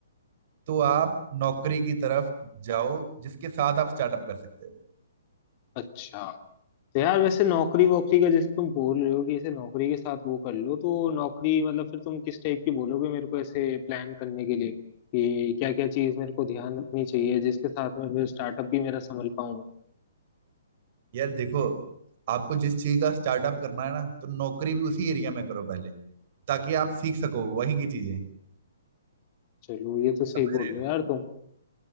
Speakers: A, on the right (about 45°); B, on the left (about 35°).
A: तो आप नौकरी की तरफ जाओ जिसके साथ आप स्टार्टअप कर सकते हो
B: अच्छा तो यार वैसे नौकरी वोकरी का जैसे तुम बोल रहे हो कि इसे नौकरी के साथ वो कर लो तो नौकरी मतलब फिर तुम किस टाइप की बोलोगे मेरे को ऐसे प्लान करने के लिए कि क्या क्या चीज मेरे को ध्यान रखनी चाहिए जिसके साथ में फिर स्टार्टअप भी मेरा संभल पाऊं मैं
A: यार देखो आपको जिस चीज का स्टार्टअप करना है ना तो नौकरी भी उसी एरिया में करो पहले ताकि आप सीख सको वहीं की चीजें
B: चलो ये तो सही
A: समझ
B: बोल
A: रहे
B: रहे हो
A: हो
B: यार तुम